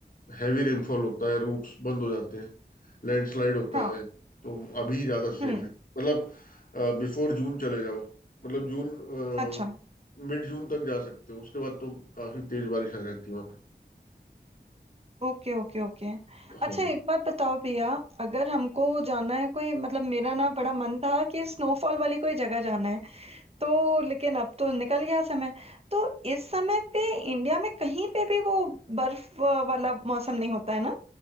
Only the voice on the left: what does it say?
हैवी रेनफॉल होता है रूट्स बंद हो जाते हैं लैंडस्लाइड होता
है तो अभी ज्यादा सेफ
है मतलब बिफोर जून चले जाओ मतलब जून
मिड जून तक जा सकते हो उसके बाद तो काफी तेज बारिश आ जाती है वहां पे
हाँ